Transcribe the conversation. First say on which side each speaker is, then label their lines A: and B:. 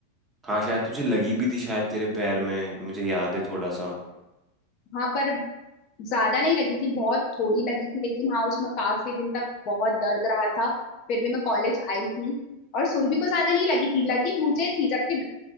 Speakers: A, on the right; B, on the left.
A: हाँ शायद तुझे लगी भी थी शायद तेरे पैर में मुझे याद है थोड़ा सा
B: हाँ पर ज्यादा नहीं लगी थी बहुत थोड़ी लगी थी लेकिन हाँ उसमें काफी दिन तक बहुत दर्द रहा था फिर भी मैं कॉलेज आई थी और सुरभि को ज्यादा नहीं लगी थी लगी मुझे थी जबकि ड-